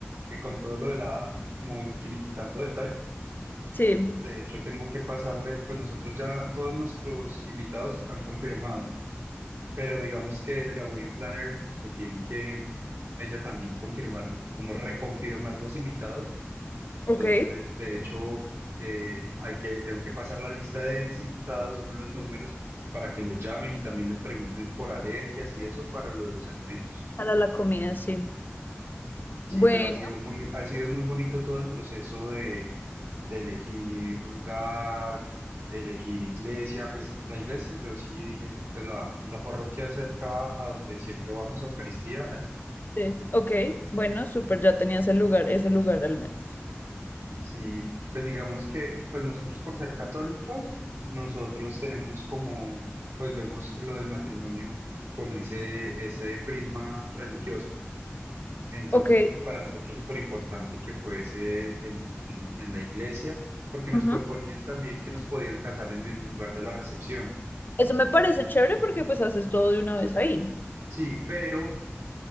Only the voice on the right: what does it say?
eh, con todo lo de la, como finiquitando detalles.
De hecho, tengo que pasarle, pues nosotros ya, todos nuestros invitados están confirmados. pero digamos que la wedding planner como que tiene que ella también confirmar, como reconfirmar los invitados. Entonces,
de hecho, eh, hay que, tengo que pasar la lista de mis invitados con los números para que los llamen y también les pregunten por alergias y eso para lo de los alimentos.
Sí,
pero ha sido muy, ha sido muy bonito todo el proceso de, de elegir lugar, elegir iglesia. Pues la iglesia, yo sí dije, pues la, la parroquia cerca a donde siempre vamos a Eucaristía, allá.
Sí, pues digamos que pues nosotros por ser católicos, nosotros tenemos como, pues vemos lo del matrimonio con ese, ese prisma religioso. Entonces,
pues para nosotros súper importante que fuese en, en, en la iglesia, porque nos
proponían también que nos podían casar en el lugar de la recepción.
Sí, pero